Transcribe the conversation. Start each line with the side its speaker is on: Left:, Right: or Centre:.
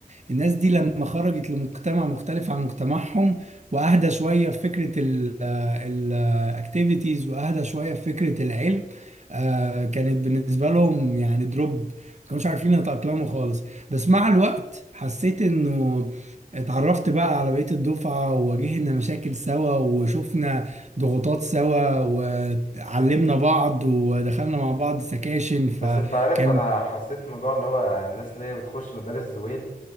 Right: الناس دي لما خرجت لمجتمع مختلف عن مجتمعهم واهدى شويه في فكره الاكتيفيتيز واهدى شويه في فكره العلم آه، كانت بالنسبه لهم يعني دروب ما كانوش عارفين يتاقلموا خالص بس مع الوقت حسيت انه اتعرفت بقى على بقية الدفعة وواجهنا مشاكل سوا وشفنا ضغوطات سوا وعلمنا بعض ودخلنا مع بعض سكاشن فكان
Left: بس انت عارف انا حسيت موضوع اللي هو الناس اللي هي بتخش مدارس زويل